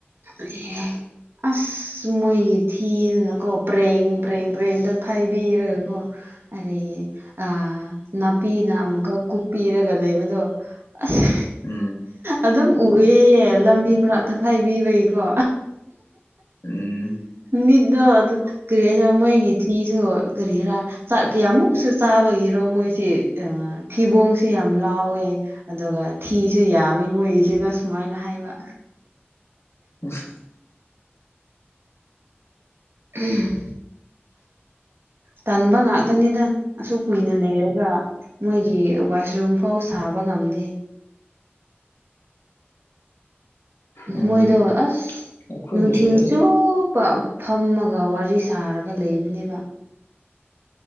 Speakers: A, on the right (about 60°); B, on the left (about 75°).
A: ꯑ ꯑꯁ ꯃꯣꯏꯒꯤ ꯊꯤꯗꯅꯀꯣ ꯄ꯭ꯔꯦꯡ ꯄ꯭ꯔꯦꯡ ꯄ꯭ꯔꯦꯡꯗ ꯐꯥꯏꯕꯤꯔꯒꯀꯣ ꯑꯗꯩ ꯑ ꯅꯥꯄꯤꯅ ꯑꯃꯨꯛꯀ ꯀꯨꯞꯄꯤꯔꯒ ꯂꯩꯕꯗꯣ ꯑꯁ
B: ꯎꯝ
A: ꯑꯗꯨꯝ ꯎꯑꯦꯌꯦ ꯂꯝꯕꯤ ꯃꯅꯥꯛꯇꯐꯥꯏꯕꯤꯕꯒꯤꯀꯣ
B: ꯎꯝ
A: ꯃꯤꯠꯅꯣ ꯑꯗꯨ ꯀꯔꯤ ꯍꯥꯏꯁꯤꯔꯥ ꯃꯣꯏꯒꯤ ꯊꯤꯁꯨ ꯀꯔꯤ ꯍꯥꯏꯔꯥ ꯆꯥꯛ ꯀꯌꯥꯃꯨꯛꯁꯨ ꯆꯥꯕꯒꯤꯔꯣ ꯃꯣꯏꯁꯤ ꯊꯤꯕꯣꯡꯁꯨ ꯌꯥꯝ ꯂꯥꯎꯋꯦ ꯑꯗꯨꯒ ꯊꯤꯁꯨ ꯌꯥꯝꯃꯤ ꯃꯣꯏꯒꯤꯁꯤꯅ ꯁꯨꯃꯥꯏꯅ ꯍꯥꯏꯕ
B: ꯎ <unintelligible>
A: ꯎꯝ <unintelligible>
B: <unintelligible>
A: ꯇꯟꯕ ꯉꯥꯛꯇꯅꯤꯗ ꯑꯁꯨꯛ ꯀꯨꯏꯅ ꯂꯩꯔꯒ ꯃꯣꯏꯒꯤ ꯋꯥꯁꯔꯨꯝꯐꯥꯎ ꯁꯥꯕ ꯉꯝꯗꯦ
B: ꯎꯝ
A: ꯃꯣꯏꯗꯣ ꯑꯁ
B: ꯑꯩꯈꯣꯏꯒꯤꯁꯨ
A: ꯅꯨꯊꯤꯜ
B: ꯂꯩ
A: ꯆꯨꯞꯄꯥ ꯐꯝꯃꯒ ꯋꯥꯔꯤ ꯁꯥꯔꯒ ꯂꯩꯕꯅꯦꯕ